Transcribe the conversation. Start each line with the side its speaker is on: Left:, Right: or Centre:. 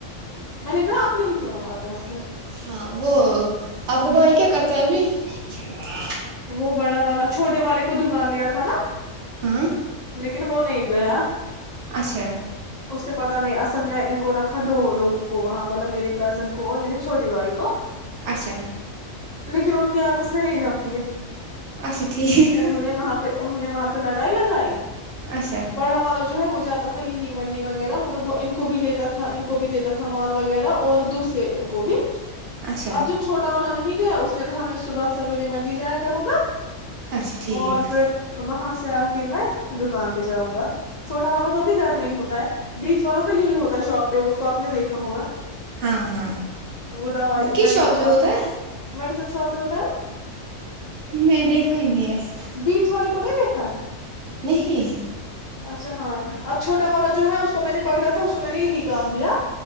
Left: میں نے کہا نہیں کام آتا ہے پھر
Right: ہاں وہ آپ کا بائی کیا کرتا ہے ابھی <inaudible>
Left: وہ بڑا والا چھوٹے والے کو دکان لیا تھا نا
Right: ہاں
Left: لیکن وہ نہیں گیا
Right: اچھا
Left: اس سے پتہ نہیں اصل میں ان کو رکھ دو لوگوں کو وہاں مطلب میرے کزن کو میری چھوٹے بھائی کو
Right: اچھا
Left: تو لیکن ان کی آپس میں نہیں جام
Right: اچھا ٹھیک
Left: انہوں نے وہاں پہ انہوں نے وہاں لڑائی لگائی
Right: اچھا
Left: بڑا والا جو ہے جاتا تھا یہ ہی منڈی وغیرہ مطلب وہ ان کو بھی لیتا تھا ان کو بھی دیتا تھا مال وغیرہ اور دوسرے کو بھی
Right: اچھا
Left: اب جب چھوٹا والا نہیں گیا اس میں صبح سویرے منڈی سے جیا کروں گا
Right: اچھا ٹھیک
Left: اور پھر وہاں سے سے آ کے میں دکان پہ جاؤں گا چھوٹا والا تو ابھی گھر میں ہی ہوتا ہے بیچ والا تو یہی ہوتا ہے شاپ پہ اس کو آپ نے دیکھا ہوگا
Right: ہاں ہاں
Left: وہ
Right: کس
Left: میڈیسن
Right: پہ
Left: شاپ
Right: ہوتا ہے
Left: مڈس پہ ہوتا ہے نا
Right: میں نے دیکھا ہی نہیں ہے
Left: بیچ والے کو نہیں دیکھا ہے
Right: نہیں
Left: اچھا ہاں اب چوٹا والا جو ہے اس کو میں نے پکڑا تھا اس کو میں نے یہی کام دیا